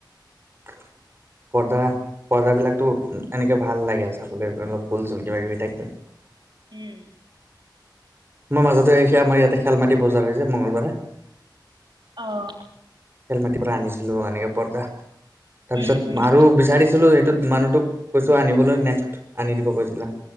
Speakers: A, on the right; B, on the right.
A: <unintelligible> পৰ্দা পৰ্দাবিলাকতো এনেকে ভাল লাগে চাবলে অলপ ফুল চুল কিবা কিবি থাকিল।
B: উম।
A: মই মাজতে আইছা আমাৰ ইয়াতে খেল মাটি বজাৰ হয় যে মঙগলবাৰে।
B: অ।
A: খেল মাটিৰ পৰা আনিছিলো এনেকে পৰ্দা তাৰ
B: উম
A: পিছত
B: উম
A: আৰু বিচাৰিছিলো মানুহ তোক কৈছো আনিবলৈ নেক্সট আনি দিব কৈছিলে